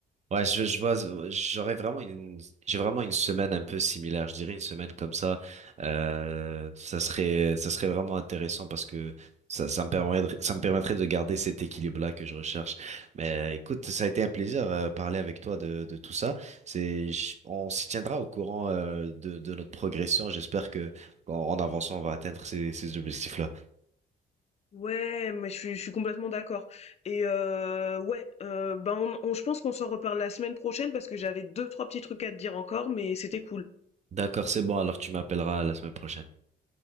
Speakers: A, on the right; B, on the left.
A: Ouais, je, je vois, j'aurais vraiment une, j'ai vraiment une semaine un peu similaire. Je dirais une semaine comme ça. Euh, ça serait, ça serait vraiment intéressant parce que ça, ça me permettrait, ça me permettrait de garder cet équilibre-là que je recherche. Mais écoute, ça a été un plaisir euh, parler avec toi de, de tout ça. C'est, je- on s'y tiendra au courant euh, de, de notre progression. J'espère que en, en avançant, on va atteindre ces, ces objectifs-là.
B: Ouais, mais je suis je suis complètement d'accord et heu, ouais, heu, ben, on on je pense qu'on s'en reparle la semaine prochaine parce que j'avais deux trois petits trucs à te dire encore, mais c'était cool.
A: D'accord, c'est bon, alors tu m'appelleras la semaine prochaine.